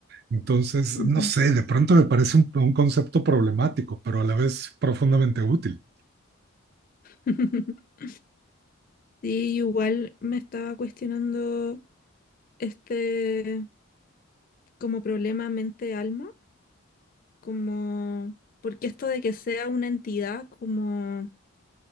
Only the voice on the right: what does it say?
Entonces,
no sé, de pronto me parece un, un concepto problemático, pero a la vez profundamente útil.